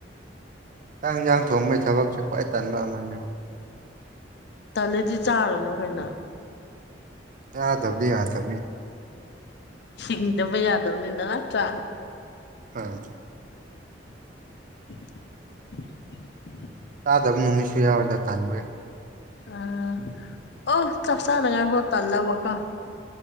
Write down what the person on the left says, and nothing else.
ꯇꯂꯗꯤ ꯆꯥꯔꯨꯅꯨ ꯀꯩꯅꯣ
ꯁꯤꯡꯗꯕ ꯌꯥꯗꯕꯅꯤꯅ ꯅꯠꯇ꯭ꯔꯥ
<inaudible>
ꯑꯝ ꯑꯣ ꯆꯞ ꯆꯥꯅꯉ ꯍ ꯇꯜꯂꯕ ꯀ